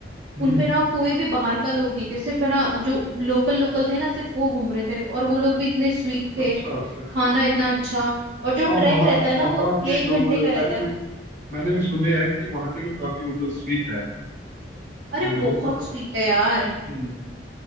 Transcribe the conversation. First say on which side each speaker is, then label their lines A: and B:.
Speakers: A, on the right (about 40°); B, on the right (about 65°).
A: हम्म,
B: उनपे ना कोई भी बाहर का लोग नहीं थे सिर्फ है ना जो लोकल लोकल थे ना सिर्फ वो घूम रहे थे और वो लोग भी इतने स्वीट
A: अ-
B: थे
A: अच्छा अच्छा
B: खाना इतना अच्छा और जो ट्रैक
A: हाँ वहाँ
B: रहता है ना
A: वहाँ
B: वो
A: के
B: एक
A: लोग
B: घंटे का रहता
A: मैंने
B: है
A: भी मैंने भी सुने हैं कि वहाँ के लोग काफी मतलब स्वीट है
B: अरे
A: और
B: बहुत
A: बताओ
B: स्वीट है यार
A: हम्म